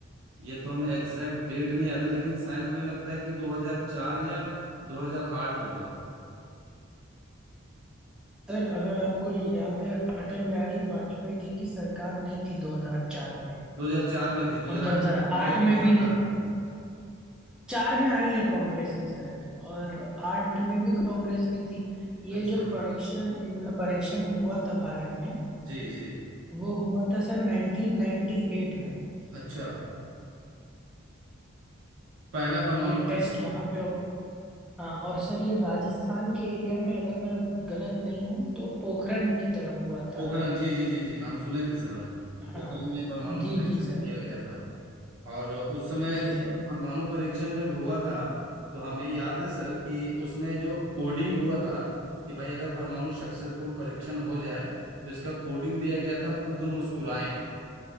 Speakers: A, on the right (about 70°); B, in the centre.
A: ये तो हमें एग्जैक्ट डेट नहीं याद है लेकिन शायद हमें लगता है कि 2004 या 2008 होगा
B: सर अगर आपको याद है अटल बिहारी वाजपेयी जी की सरकार नहीं थी 2004 में
A: 2004 में थी 2008
B: और 2008
A: में कांग्रेस की
B: में
A: सरकार
B: भी नहीं
A: थी
B: चार में आई है कांग्रेस की सर और आठ में भी कांग्रेस की थी ये
A: अच्छा
B: जो परीक्षण मतलब परीक्षण हुआ था भारत में
A: जी जी
B: वो हुआ था सर 1998 में
A: अच्छा पहला परमाणु
B: ये
A: परीक्षण
B: टेस्ट वहां पे हो हाँ और सर ये राजस्थान के एरिया में अगर मैं गलत नहीं हूँ तो पोखरण की तरफ हुआ था
A: पोखरण जी जी जी जी नाम सुने थे सर हम
B: हाँ
A: पोखरण में परमाणु
B: जी
A: परीक्षण
B: जी सर
A: किया गया था और उस समय
B: जी
A: ये
B: सर
A: जब परमाणु परीक्षण जब हुआ था तो हमें याद है सर कि उसमें जो कोडिंग हुआ था कि भाई अगर परमाणु सक्सेसफुल परीक्षण हो जाए तो इसका कोडिंग दिया गया था बुद्ध मुस्कुराए